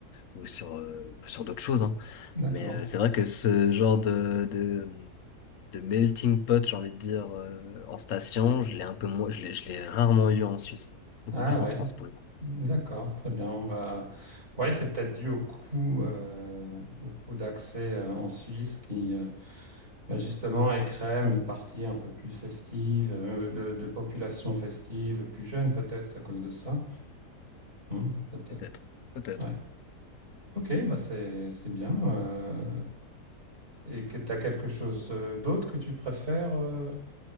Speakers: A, on the left; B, on the right.
A: ou sur, euh, sur d'autres choses, hein.
B: d'accord.
A: Mais euh, c'est vrai que ce genre de, de, de melting pot, j'ai envie de dire, euh, en station, je l'ai un peu moins, je l'ai, je l'ai rarement eu en Suisse, beaucoup
B: Ah
A: plus
B: ouais,
A: en France pour le coup.
B: d'accord, très bien. Bon, Bah, ouais, c'est peut-être dû au coût, euh, au coût d'accès euh, en Suisse qui, euh, Mais justement, elle crème une partie un peu plus festive, euh, de, de population festive, plus jeune peut-être, c'est à cause de ça. Hmm, peut-être.
A: Peut-être, peut-être.
B: Ouais. Ok, bah c'est c'est bien. euh, Et que tu as quelque chose euh, d'autre que tu préfères euh,